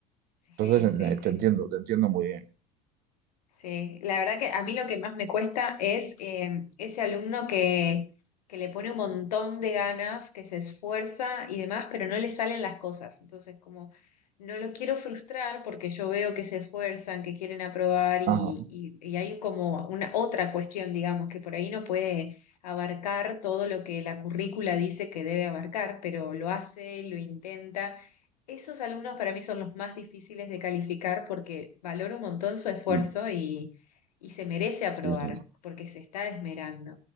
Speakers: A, on the left (about 80°); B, on the right (about 50°).
A: Sí,
B: Entonces
A: sí,
B: eh,
A: sí,
B: te entiendo,
A: sí.
B: te entiendo muy bien.
A: Sí, la verdad que a mí lo que más me cuesta es eh, ese alumno que, que le pone un montón de ganas, que se esfuerza y demás, pero no le salen las cosas. Entonces, como no lo quiero frustrar porque yo veo que se esfuerzan, que quieren aprobar y,
B: Ajá,
A: y, y hay como una otra cuestión, digamos, que por ahí no puede abarcar todo lo que la currícula dice que debe abarcar, pero lo hace, lo intenta esos alumnos para mí son los más difíciles de calificar porque valoro un montón su esfuerzo
B: sí,
A: y, y se merece aprobar
B: sí, sí,
A: porque se está esmerando.